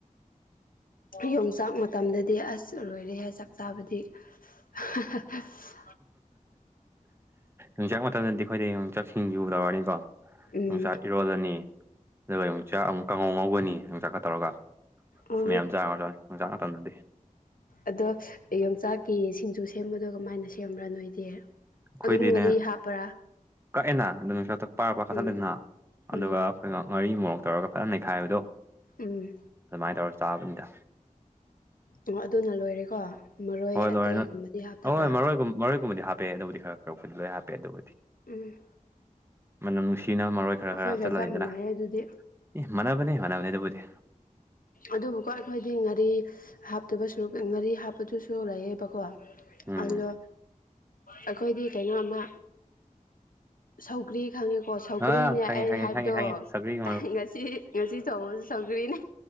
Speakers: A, on the left; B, on the right.
A: ꯌꯣꯡꯆꯥꯛ ꯃꯇꯝꯗꯗꯤ ꯑꯁ ꯂꯣꯏꯔꯦ ꯍꯥꯏ ꯆꯥꯛ ꯆꯥꯕꯗꯤ <unintelligible>
B: ꯣꯡꯆꯥꯛ ꯃꯇꯝꯗꯗꯤ ꯑꯩꯈꯣꯏꯗꯤꯣꯡꯆꯥꯛ ꯁꯤꯡꯖꯨꯗꯧꯔꯅꯤꯀꯣ ꯌꯅꯨꯡꯆꯥꯛ
A: ꯎꯝ
B: ꯏꯔꯣꯜꯂꯅꯤ ꯑꯗꯨꯒ ꯌꯅꯨꯡꯆꯥꯛ ꯑꯃꯨꯛ ꯀꯥꯡꯉꯧ ꯉꯧꯒꯅꯤ ꯅꯨꯡꯆꯥꯛꯀ ꯇꯧꯔꯒ
A: ꯑꯣ
B: ꯑ ꯃꯌꯥꯝ ꯆꯥꯉ ꯆ ꯆꯥꯡꯥꯛ ꯃꯇꯝꯗꯗꯤ
A: ꯑꯗꯣ ꯌꯣꯡꯆꯥꯛꯀꯤ ꯁꯤꯡꯖꯨ ꯁꯦꯝꯕꯗꯣ ꯀꯃꯥꯏꯅ ꯁꯦꯝꯕ꯭ꯔꯥ ꯅꯣꯏꯗꯤ
B: ꯑꯩꯈꯣꯏꯗꯤꯅꯦ
A: ꯑꯗꯨꯝ ꯉꯥꯔꯤ ꯍꯥꯞꯄ꯭ꯔꯥ
B: ꯀꯛꯑꯦꯅ ꯑꯗꯨꯝ ꯄꯥꯔ ꯄ ꯀꯛꯊꯠꯂꯦꯅ
A: ꯎꯝ
B: ꯑꯗꯨꯒ
A: ꯎꯝ
B: ꯑꯩꯈꯣꯏ ꯉ ꯉꯥꯔꯤ ꯃꯣꯔꯣꯛ ꯇꯧꯔꯒ ꯐꯖ ꯅꯩꯈꯥꯏꯕꯗꯣ
A: ꯎꯝ
B: ꯑꯗꯨꯃꯥꯏꯅ ꯇꯧꯔ ꯇꯥꯕꯅꯤꯗ
A: ꯑꯣ ꯑꯗꯨꯅ ꯂꯣꯏꯔꯦꯀꯣ ꯃꯔꯣꯏ
B: ꯍꯣꯏ
A: ꯑꯇꯩꯒꯨꯝꯕꯗꯤ
B: ꯂꯣꯏꯔꯦ ꯅꯣꯏ
A: ꯍꯥꯞꯇꯕ꯭ꯔꯥ
B: ꯑꯍꯣꯏ ꯃꯔꯣꯏꯒꯨꯝ ꯃꯔꯣꯏꯒꯨꯝꯕꯗꯤ ꯍꯥꯞꯄꯦ ꯑꯗꯨꯕꯨꯗꯤ ꯈꯔ ꯈꯔ ꯐꯨꯟ ꯂꯣꯏ ꯍꯥꯞꯄꯦ ꯑꯗꯨꯕꯨꯗꯤ
A: ꯎꯝ
B: ꯃꯅꯝ ꯅꯨꯡꯁꯤꯅꯕ ꯃꯔꯣꯏ ꯈꯔ
A: ꯑꯩꯈꯣꯏꯒ
B: ꯈꯔ ꯍꯥꯞꯆꯜꯂꯅꯤꯗꯅ
A: ꯆꯞ ꯃꯥꯟꯅꯩ ꯑꯗꯨꯗꯤ
B: ꯑꯦ ꯃꯥꯟꯅꯕꯅꯦ ꯃꯥꯟꯅꯕꯅꯦ ꯑꯗꯨꯕꯨꯗꯤ
A: ꯑꯗꯨꯕꯨꯀꯣ ꯑꯩꯈꯣꯏꯗꯤ ꯉꯥꯔꯤ ꯍꯥꯞꯇꯕ ꯁꯨ ꯉꯥꯔꯤ ꯍꯥꯞꯄꯗꯨꯁꯨ ꯂꯩꯌꯦꯕꯀꯣ
B: ꯎꯝ
A: ꯑꯗꯣ ꯑꯩꯈꯣꯏꯗꯤ ꯀꯩꯅꯣ ꯑꯃ ꯁꯧꯒ꯭ꯔꯤ ꯈꯪꯉꯦꯀꯣ ꯁꯧꯒ꯭ꯔꯤꯅꯦ
B: ꯑꯥ ꯈꯪꯉꯦ
A: ꯑꯩ
B: ꯈꯪꯉꯦ
A: ꯍꯥꯏꯕꯗꯣ
B: ꯈꯪꯉꯦ ꯈꯪꯉꯦ ꯁꯧꯒ꯭ꯔꯤꯒꯤ
A: ꯉꯁꯤ ꯉꯁꯤ ꯊꯧꯕꯁꯨ ꯁꯧꯒ꯭ꯔꯤꯅꯦ